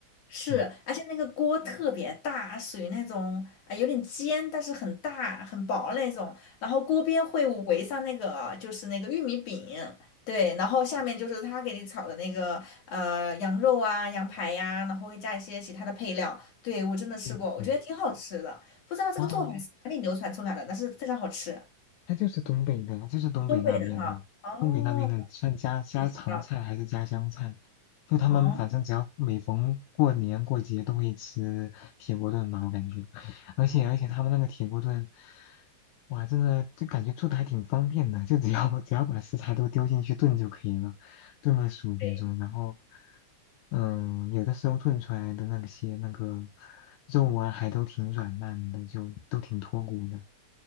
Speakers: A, on the left (about 55°); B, on the left (about 80°).
A: 是，
B: 嗯，
A: 而且那个锅特别大，属于那种啊、有点尖，但是很大很薄那种。然后锅边会围上那个就是那个玉米饼，对，然后下面就是他给你炒的那个呃羊肉啊、羊排呀、然后会加一些其他的配料。对，我真的吃过，
B: 对对对，
A: 我觉得挺好吃的。不知道这个做法是哪里流传出来的，
B: 啊，
A: 但是非常好吃。
B: 它就是东北的，就是东北那边的，
A: 东北的哈，哦，
B: 东北那边的算家家常菜还是家乡菜？
A: 也知道，
B: 就他们反正只要每逢过年过节都会吃铁锅炖吧，
A: 哦，
B: 我感觉，而且而且他们那个铁锅炖，哇，真的就感觉做的还挺方便的，就只要 <laughs> 只要把食材都丢进去炖就可以了，炖个十五分钟，
A: 对。
B: 然后，嗯，有的时候炖出来的那些那个肉啊，还都挺软烂的，就都挺脱骨的。